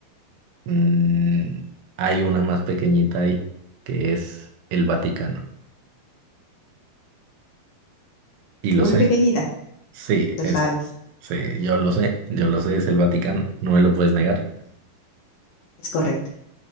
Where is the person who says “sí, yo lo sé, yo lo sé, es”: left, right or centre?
Right